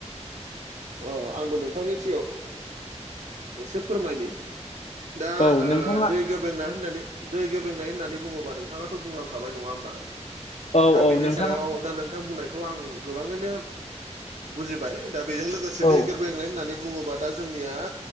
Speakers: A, on the right; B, on the left.
A: अ आंबो नोंथांनि सिगाङाव एसे फोरमायनि। दा
B: औ नोंथाङा
A: दै गोब्रेंनाय होननानै दै गेब्रेंनाय होननानै बुङोबा नोंथाङाथ' बुंलांखाबाय नङा होमबा?
B: औ
A: दा
B: औ
A: बेनि
B: नोंथाङा
A: सायाव दा नोंथां बुंनायखौ आं गोबाङैनो बुजिबाय दा बेजों लोगोसे
B: औ
A: दै गोरबायेंलनाय होननानै बुङोबा दा जोंनिया